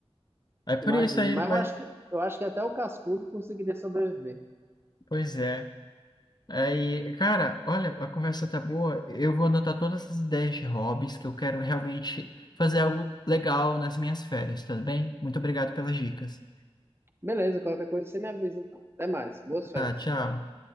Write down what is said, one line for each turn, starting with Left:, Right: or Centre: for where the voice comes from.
Left: Aí por
Right: imagina.
Left: isso aí ele
Right: Mas
Left: vai...
Right: eu acho que, eu acho que até o cascudo conseguiria sobreviver.
Left: Pois é. Aí, cara, olha, a conversa tá boa. Eu vou anotar todas essas ideias de hobbies que eu quero realmente fazer algo legal nas minhas férias, tudo bem? Muito obrigado pelas dicas.
Right: Beleza, qualquer coisa você me avisa então. Até mais. Boas férias.
Left: Tá, tchau.